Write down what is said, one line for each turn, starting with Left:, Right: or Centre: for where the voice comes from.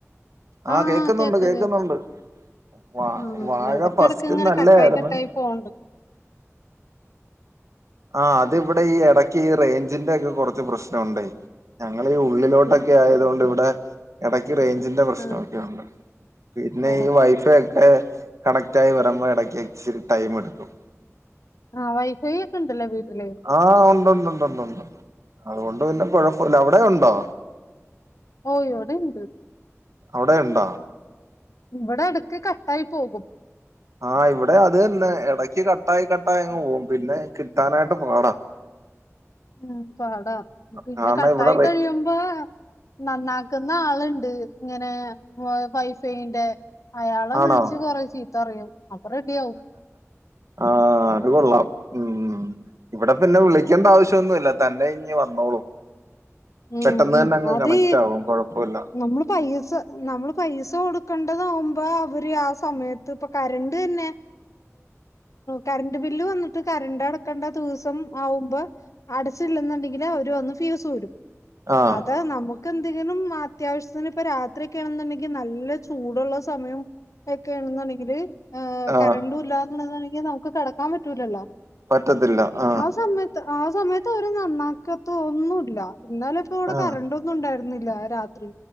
Right: ആഹ
Left: ആഹ്
Right: കേക്കുന്നുണ്ട്
Left: കേക്ക
Right: കേക്കുന്നുണ്ട്.
Left: കേക്ക
Right: വാ
Left: ഉം
Right: വാഴ
Left: എടക്കെടക്ക്
Right: ഫസ്റ്റ്
Left: ഇങ്ങനെ
Right: നല്ലായിരുന്നു.
Left: കട്ടായി കട്ടായി പോണ്ട്
Right: ആഹ അത് ഇവിടെ ഈ എടക്ക് ഈ റേഞ്ചിന്റെ ഒക്കെ കുറച്ച് പ്രശ്നമുണ്ടേ. ഞങ്ങള് ഈ ഉള്ളിലോട്ടൊക്കെ
Left: ഉം
Right: ആയതുകൊണ്ട് ഇവിടെ. ഇടയ്ക്ക് റേഞ്ചിന്റെ പ്രശ്നമൊക്കെ
Left: ആഹ്
Right: ഉണ്ട് പിന്നെ
Left: ഓ
Right: ഈ വൈഫൈ ഒക്കെ. കണക്റ്റായി വരുമ്പോൾ ഇടയ്ക്ക് ഇച്ചിരി ടൈം എടുക്കും.
Left: ആഹ വൈഫൈ ഒക്കെ ഇണ്ടല്ലേ വീട്ടില്.
Right: ആഹ് ഉണ്ട് ഉണ്ട് ഉണ്ട് ഉണ്ട് ഉണ്ട് അതുകൊണ്ട് പിന്നെ കുഴപ്പമില്ല അവിടെ ഉണ്ടോ.
Left: ഓ ഇവിടെ ഉണ്ട്.
Right: അവിടെ ഉണ്ടോ.
Left: ഇവിടെ എടുക്ക് കട്ടായി പോകും.
Right: ആഹ് ഇവിടെ അത് തന്നെ ഇടക്ക് കട്ടായി കട്ടായി അങ്ങ്
Left: ഉം
Right: പോകും പിന്നെ കിട്ടാനായിട്ട് പാടാ.
Left: ഉം പാടാ പിന്നെ
Right: കാരണം
Left: കട്ടായി
Right: ഇവിടെ റേ
Left: കഴിയുമ്പോ. നന്നാക്കുന്ന ആളുണ്ട് ഇങ്ങനെ വൈഫൈന്റെ. അയാളെ
Right: ആണോ
Left: വിളിച്ച് കൊറേ ചീത്ത പറയും അപ്പൊ റെഡി ആവും.
Right: ആഹ അത് കൊൊള്ളാം ഉ. ഇവിടെ പിന്നെ വിളിക്കേണ്ട ആവശ്യം ഒന്നുമില്ല തന്നെ ഇഞ്ഞ് വന്നോളൂ.
Left: ഉം
Right: പെട്ടെന്ന് തന്നെ
Left: ഉം
Right: അങ്ങ്
Left: അത്
Right: കണക്ട്
Left: ഈ
Right: ആകും കൊഴപ്പമില്ല.
Left: നമ്മള് പൈസ നമ്മള് പൈസ കൊടുക്കേണ്ടത് ആകു ബോ അവര് ആ സമയത്ത് ഇപ്പ കരണ്ട് തന്നെ.
Right: <unintelligible> <unintelligible>
Left: കറണ്ട് ബില്ല് വന്നിട്ട് കറണ്ട് അടക്കണ്ട ദിവസം ആവുമ്പോ. അടച്ചില്ലെന്നണ്ടെങ്കില് അവര് വന്ന് ഫീസ് ഊരും
Right: ആഹ്
Left: അത് നമുക്ക്. എന്തെങ്കിലും അത്യാവശ്യത്തിന് ഇപ്പ രാത്രിയൊക്കെ ആണെന്നുണ്ടെങ്കിൽ നല്ല ചൂടുള്ള സമയം. ഒക്കെയ ആണെന്നാണെങ്കില്.
Right: ആഹ്
Left: കരണ്ടും ഇല്ലന്ന് ഉള്ളതാണെങ്കിൽ നമുക്ക് കിടക്കാൻ പറ്റൂലല്ലോ
Right: പറ്റത്തില്ല ആഹ്
Left: ആ സമയത്ത്. ആ സമയത്ത് അവര് നന്നാക്കാത്തോ ഒന്നില്ല എന്നാൽ ഇപ്പ ഇവിടെ
Right: ആഹ്
Left: കരണ്ട. ണ്ടായിരുന്നില്ല രാത്രി